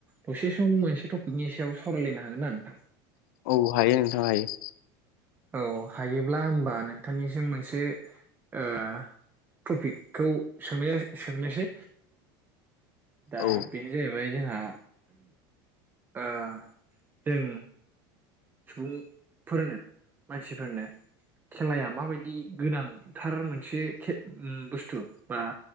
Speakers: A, on the right; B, on the left.
A: दसे सम मोनसे टपिकनि सायाव सावरायलायनो हागोन ना नोंथां
B: औ हायो नोंथां हायो
A: औ हायोब्ला होमबा नोंथांनिसिम मोनसे ओ टपिकखौ सोंनाय जा सोंनोसै दा
B: औ
A: बिनो जायबाय जोहा आह जों सुबुंफोरनो मानसिफोरनो खेलाया माबायदि गोनांथार मोनसे खे बुस्थु बा